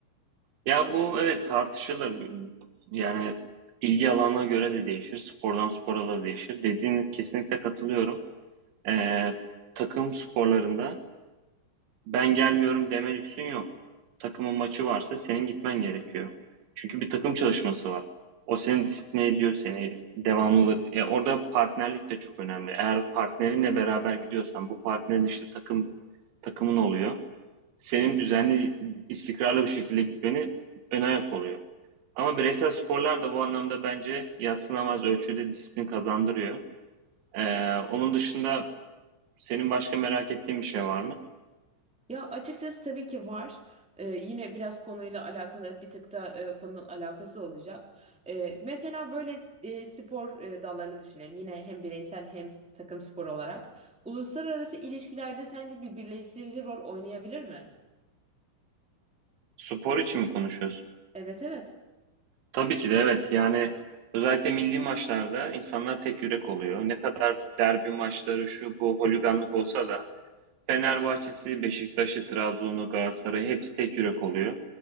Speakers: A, on the right; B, in the centre.
A: Ya bu evet tartışılır. Yani ilgi alanına göre de değişir. Spordan spora da değişir. Dediğine kesinlikle katılıyorum. Ee, takım sporlarında Ben gelmiyorum deme lüksün yok. Takımın maçı varsa senin gitmen gerekiyor. Çünkü bir takım çalışması var. O seni disipline ediyor seni devamlı. Ya orada partnerlik de çok önemli. Eğer partnerinle beraber gidiyorsan bu partnerin işte takım takımın oluyor. Senin düzenli istikrarlı bir şekilde gitmeni ön ayak oluyor. Ama bireysel sporlar da bu anlamda bence yadsınamaz ölçüde disiplin kazandırıyor. Ee, onun dışında senin başka merak ettiğin bir şey var mı?
B: Ya açıkçası tabii ki var. Ee, yine biraz konuyla alakalı bir tık da e, konunun alakası olacak. Ee, mesela böyle e, spor e, dallarını düşünelim. Yine hem bireysel hem takım sporu olarak. Uluslararası ilişkilerde sence bir birleştirici rol oynayabilir mi?
A: Spor için mi konuşuyorsun?
B: Evet evet.
A: Tabii ki de evet. Yani özellikle milli maçlarda insanlar tek yürek oluyor. Ne kadar derbi maçları şu bu holiganlık olsa da Fenerbahçe'si, Beşiktaş'ı, Trabzon'u, Galatasaray'ı hepsi tek yürek oluyor.